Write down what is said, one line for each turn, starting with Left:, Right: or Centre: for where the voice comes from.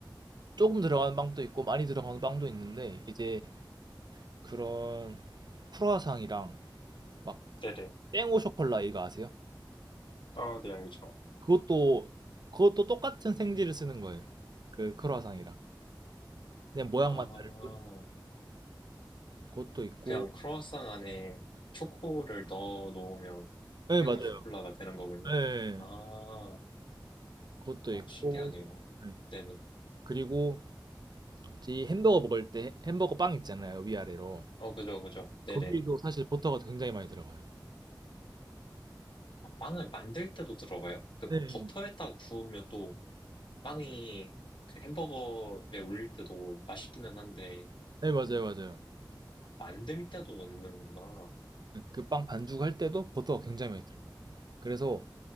Right: 조금 들어가는 빵도 있고 많이 들어가는 빵도 있는데 이제 그런 크로아상이랑 막
Left: 네네.
Right: 땡오 쇼콜라 이거 아세요?
Left: 아, 네, 알죠.
Right: 그것도 그것도 똑같은 생지를 쓰는 거예요. 그 크로아상이랑 그냥 모양만
Left: 아,
Right: 다를 뿐. 그것도 있고,
Left: 그냥 크루아상 안에 초코를 넣어 놓으면
Right: 네
Left: 땡오
Right: 맞아요.
Left: 쇼콜라가 되는 거군요.
Right: 네,
Left: 아,
Right: 그것도
Left: 아,
Right: 있고,
Left: 신기하네요.
Right: 네.
Left: 네네.
Right: 그리고 이 햄버거 먹을 때 햄버거 빵 있잖아요 위아래로.
Left: 어, 그죠, 그죠. 네네.
Right: 거기도 사실 버터가 굉장히 많이 들어가요.
Left: 아, 빵을 만들 때도 들어가요? 그
Right: 네, 네.
Left: 버터에다 구우면 또 빵이 그 햄버거에 올릴 때도 맛있기는 한데,
Right: 네, 맞아요, 맞아요.
Left: 만들 때도 넣는구나.
Right: 네, 그빵 반죽 할 때도 버터가 굉장히 많이 들어가요. 그래서